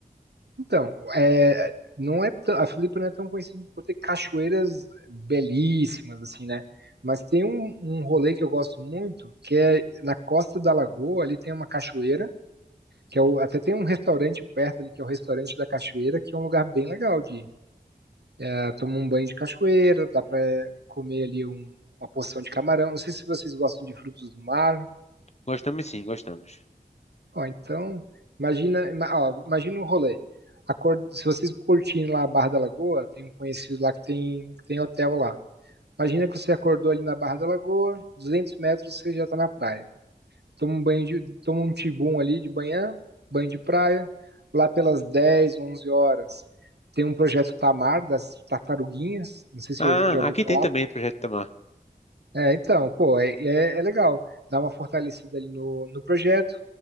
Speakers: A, on the right; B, on the left.
A: Então, é, não é tão- a Floripa não é tão conhecida por ter cachoeiras belíssimas, assim, né? Mas tem um, um rolê que eu gosto muito, que é na costa da Lagoa, ali tem uma cachoeira, que é o, até tem um restaurante perto ali, que é o restaurante da cachoeira, que é um lugar bem legal de ir. É, tomar um banho de cachoeira, dá para comer ali um- uma porção de camarão. Não sei se vocês gostam de frutos do mar,
B: Gostamos sim, gostamos.
A: Ó, então, imagina, ima- ó, imagina o rolê. Acor- se vocês curtirem lá a Barra da Lagoa, tem um conhecido lá que tem, que tem hotel lá. Imagina que você acordou ali na Barra da Lagoa, 200 metros você já está na praia. Toma um banho de, toma um tibum ali de manhã, banho de praia. Lá pelas 10, 11 horas, tem um projeto Tamar das tartaruguinhas, não sei se
B: Ah,
A: você já ouviu
B: aqui
A: falar.
B: tem também Projeto Tamar,
A: É, então, pô, é, é, é legal. Dá uma fortalecida ali no, no projeto